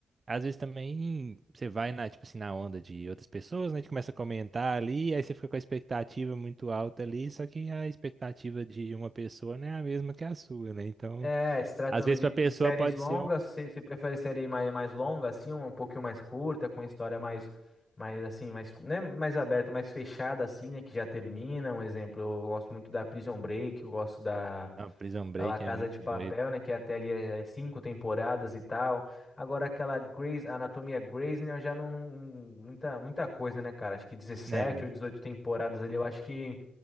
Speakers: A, on the right; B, on the left.
A: às vezes também você vai na, tipo assim, na onda de outras pessoas, né? Que começa a comentar ali, aí você fica com a expectativa muito alta ali, só que a expectativa de uma pessoa não é a mesma que a sua, né? Então,
B: É, se tratando
A: às vezes
B: de
A: pra pessoa
B: de séries
A: pode
B: longas,
A: ser um
B: você você prefere série mais, mais longa, assim, um, um pouquinho mais curta, com história mais, mais assim, mais, né, mais aberta, mais fechada, assim, né, que já termina. Um exemplo, eu gosto muito da Prison Break, eu gosto da,
A: Não, Prison
B: da
A: Break
B: La Casa
A: é muito
B: de Papel,
A: doido.
B: né? Que até ali é cinco temporadas e tal. Agora aquela Grey's, a Anatomia Grey's, né? Eu já não. Muita, muita coisa, né, cara? Acho que dezessete
A: Né?
B: ou 18 temporadas ali. Eu acho que,